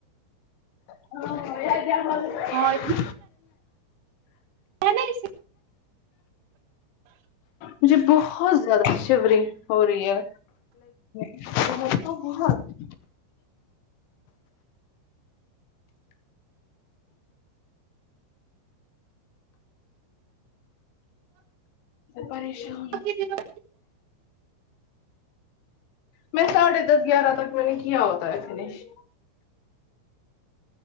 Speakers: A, on the left; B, on the right.
A: ہاں <unintelligible>
B: ہاں پتا نہیں
A: مجھے بہت زیادہ شیفرنگ ہو رہی ہے <unintelligible> وہ تو بہت پریشان
B: <unintelligible>
A: ہوں میں ساڑھے دس گیارہ تک میں نے کیا ہوتا ہے فنش